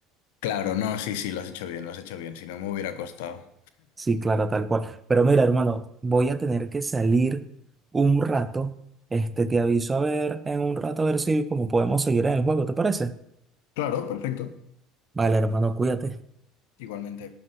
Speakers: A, on the left (about 65°); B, on the right (about 20°).
A: Claro, no, sí, sí, lo has hecho bien, lo has hecho bien, si no me hubiera costado.
B: Sí, claro, tal cual. Pero mira, hermano, voy a tener que salir un rato. Este, te aviso a ver en un rato a ver si como podemos seguir en el juego, ¿te parece?
A: Claro, perfecto.
B: Vale, hermano, cuídate.
A: Igualmente.